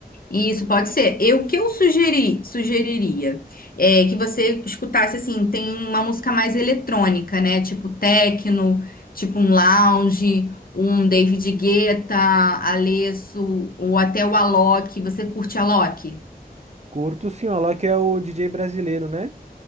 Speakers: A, on the left; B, on the right.
A: isso pode ser. Eu o que eu sugeri, sugeriria é que você escutasse assim, tem uma música mais eletrônica, né? Tipo techno, tipo um lounge, um David Guetta, Alesso, ou até o Alok. Você curte Alok?
B: Curto sim, o Alok é o DJ brasileiro, né?